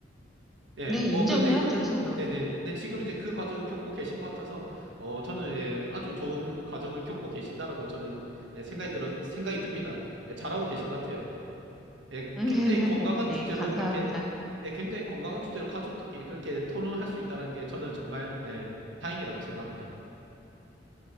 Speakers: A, on the right; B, in the centre.
A: 예,
B: 네,
A: 뭐,
B: 인정해야죠,
A: 근데 이제,
B: 서로.
A: 네네. 근데 지금 이제 그 과정을 겪고 계신 것 같아서, 어, 저는 예, 아주 좋은 과정을 겪고 계신다라고 저는 예, 생각이 들어, 생각이 듭니다. 예, 잘하고 계신 것 같아요. 예,
B: <laughs>
A: 굉장히 건강한
B: 네,
A: 주제로
B: 감사합니다.
A: 그렇게 예, 굉장히 건강한 주제로 가족들끼리 그렇게 토론을 할 수 있다는 게 저는 정말 예, 다행이라고 생각합니다.